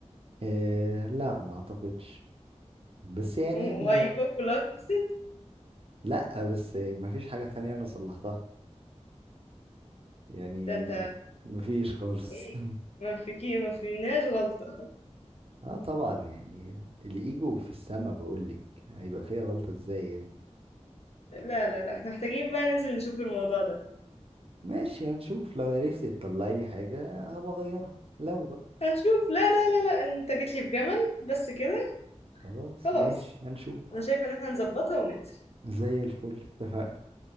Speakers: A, on the right; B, on the left.
A: إيه لا ما اعتقدش بس يعني
B: وأيوبك
A: احنا
B: كلها خلصت
A: لا بس ما فيش حاجة تانية انا صلحتها يعني
B: ده انت
A: ما ما فيش خالص
B: ايه
A: <laughs>
B: ما فيكي ما فيناش غلطة
A: اه طبعا يعني الايجو في السما بقولك هيبقى فيها غلطة ازاي يعني.
B: لا لا لا احنا محتاجين بقى ننزل نشوف الموضوع ده
A: ماشي هنشوف لو عرفت تطلعي لي حاجة هبقى اغيرها لو بقى
B: هنشوف لا لا لا لا انت جيت لي بجمل بس كده
A: خلاص
B: خلاص
A: ماشي هنشوف
B: انا شايفة ان احنا نظبطها وننزل
A: زي الفل اتفقنا